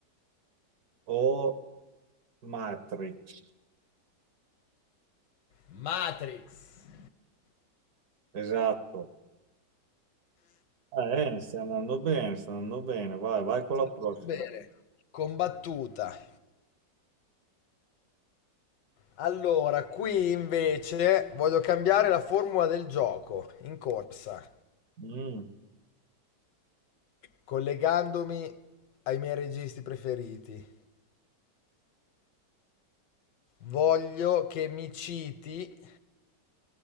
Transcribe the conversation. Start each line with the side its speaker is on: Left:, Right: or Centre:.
Right: o Matrix.
Left: Matrix.
Right: Esatto. Eh, eh, stai andando bene, stai andando bene. Vai, vai con la
Left: Siamo
Right: prossima.
Left: Bene, combattuta. Allora, qui invece voglio cambiare la formula del gioco in corsa,
Right: Mm,
Left: collegandomi ai miei registi preferiti. Voglio che mi citi